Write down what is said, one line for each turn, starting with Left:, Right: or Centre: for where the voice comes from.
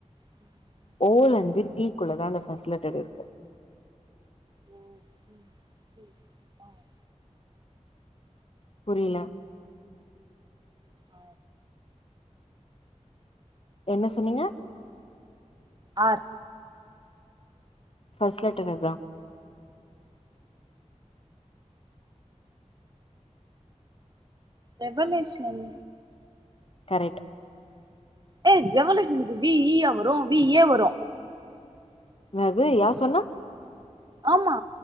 Right: பி
Left: ஓ ல இருந்து பி குள்ளதான் அந்த ஃபர்ஸ்ட் லெட்டர் இருக்கு
Right: ஓ உம் உம் ஆஹ்
Left: புரியல
Right: ஆ
Left: என்ன சொன்னீங்க
Right: ஆர்
Left: ஃபர்ஸ்ட் லெட்டர் இதான்
Right: ரெவல்யூஷன்
Left: கரெக்ட்டு
Right: ஏ ரெவலுஷனுக்கு பி இ அஹ் வரும் பி ஏ வரும்
Left: என்னது யார் சொன்னா
Right: ஆமா